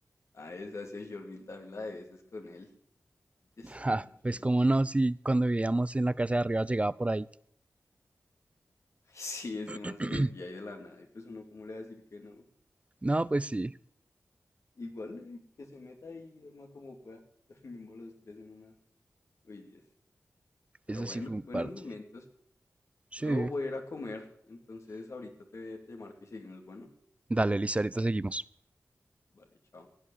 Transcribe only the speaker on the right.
Ja,
pues
cómo no,
si
cuando vivíamos en la casa de arriba llegaba por ahí.
<clears throat>
No, pues sí,
eso
sí fue un
parche.
Sí.
Dale, listo, ahorita seguimos.